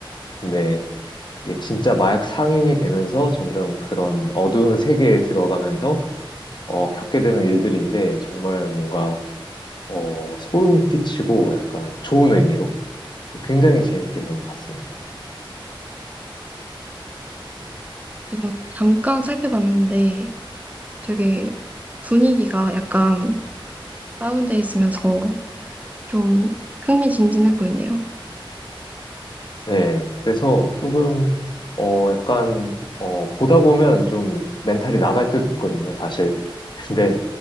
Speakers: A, on the left (about 55°); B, on the right (about 15°).
A: 근데 이게 진짜 마약 상인이 되면서 점점 그런 어두운 세계에 들어가면서 어, 겪게 되는 일들인데 정말 뭔가 어, 소름 끼치고 약간 좋은 의미로 굉장히 재밌게 저는 봤습니다.
B: 제가 잠깐 살펴봤는데 되게 분위기가 약간 다운돼 있으면서 좀 흥미진진해 보이네요.
A: 네, 그래서 조금, 어, 약간, 어, 보다 보면 좀 멘탈이 나갈 때도 있거든요, 사실. <laughs> 근데